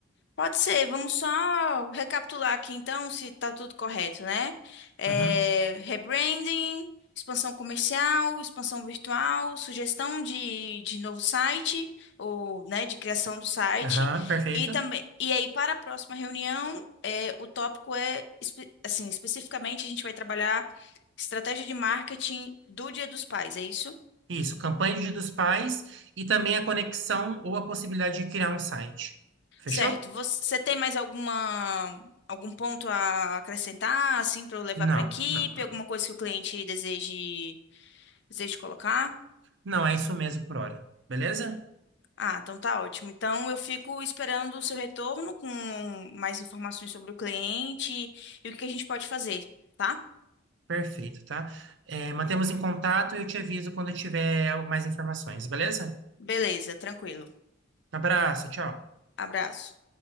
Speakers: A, on the left (about 60°); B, on the right (about 65°).
A: Pode ser, vamos só recapitular aqui então se está tudo correto, né? É,
B: Uhum.
A: rebranding, expansão comercial, expansão virtual, sugestão de, de novo site, ou né, de criação do site,
B: Aham, perfeito.
A: e também e aí para a próxima reunião, é, o tópico é espe- assim, especificamente a gente vai trabalhar estratégia de marketing do Dia dos Pais, é isso?
B: Isso, campanha de dos pais e também a conexão ou a possibilidade de criar um site. Fechou?
A: Certo. Você tem mais alguma algum ponto a acrescentar, assim, para eu levar
B: Não,
A: para a equipe?
B: não, não.
A: Alguma
B: Não,
A: coisa que o cliente deseje deseje colocar?
B: Não, é isso mesmo por hora. Beleza?
A: Ah, então tá ótimo. Então eu fico esperando o seu retorno com mais informações sobre o cliente e o que que a gente pode fazer, tá?
B: Perfeito, tá? É, mantemos em contato e eu te aviso quando eu tiver mais informações, beleza?
A: Beleza, tranquilo.
B: Abraço, tchau.
A: Abraço.